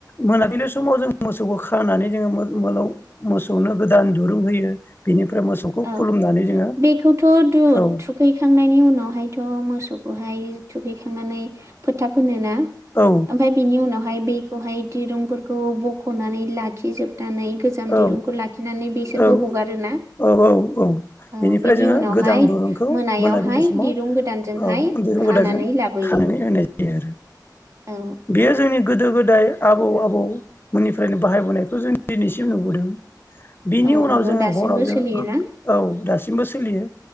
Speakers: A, on the left; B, on the right.
A: मोनाबिलि समाव जों मोसौखौ खानानै जों मो-मोनाव मोसौनो गोदान दुरुं होयो बेनिफ्राय मोसौखौ
B: औ
A: खुलुमनानै जोङो
B: बेखौथ' दु
A: औ
B: थुखैखांनायनि उनाव बेहायथ' मोसौखौहाय थुखैखांनानै फोथा फोनोना
A: औ
B: ओमफ्राय बिनि उनाव हाय बेखौहाय दिरुंफोरखौ बख'नानै लाखिजोब नानै गोजाम
A: औ
B: दिरुंखौ लाखिनानै बेसोरखौ
A: औ
B: हगारोना?
A: औ औ औ
B: औ
A: बेनिफ्राय
B: बिनि
A: जोङो
B: उनावहाय
A: गोदान दुरुंखौ
B: मोनायावहाय
A: मोनाबिलि समाव
B: दिरुं गोदानजोंहाय
A: औ दुरुं
B: खानानै
A: गोदानजों
B: लाबोयो
A: खानानै होनाय जायो आरो।
B: औ
A: बेयो जोंनि गोदो गोद गोदाय आबौ आबौमोननिफ्रायनो बाहायबोनायखौ जों दिनैसिम नुबोदों। बिनि
B: औ
A: उनाव
B: नंगौ
A: जोङो
B: दासिमबो
A: हराव जोङो
B: सोलियोना
A: गो औ दासिम दासिमबो सोलियो।